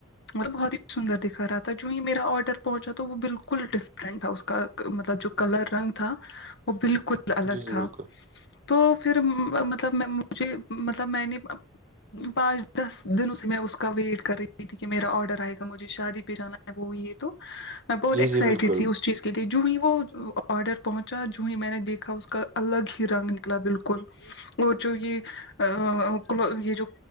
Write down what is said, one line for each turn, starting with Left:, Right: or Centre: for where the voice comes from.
Left: مطلب بہت ہی سندر دکھا رہا تھا جو یہ میرا آرڈر پہنچا تھا وہ بالکل ڈفرنٹ تھا اس مطلب جو کلر رنگ تھا وہ بالکل الگ
Right: جی جی
Left: تھا
Right: بالکل
Left: تو پھر مطلب مجھے مطلب میں نے پانچ دس دنوں سے میں اس کا ویٹ کر رہی تھی کہ میرا آڈر آئے گا مجھے شادی پہ جانا ہے وہ یہ تو میں بہت
Right: جی
Left: اکسائٹڈ
Right: جی بالکل
Left: تھی اس چیز جو آ ہی وہ آڈر پہنچا جو ہی میں نے دیکھا اس کا الگ ہی رنگ نکلا بالکل اور جو یہ ا یہ جو